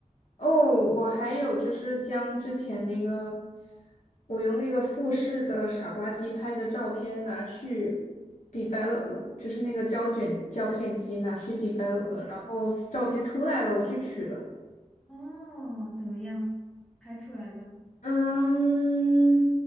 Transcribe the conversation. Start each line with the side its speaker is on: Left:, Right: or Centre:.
Left: 哦，我还有就是将之前那个，我用那个富士的傻瓜机拍的照片拿去 develop 了，就是那个胶卷胶片机拿去 develop
Centre: 嗯
Left: 了，然后照片出来了，我去取了。
Centre: 哦，怎么样？拍出来的？
Left: 嗯，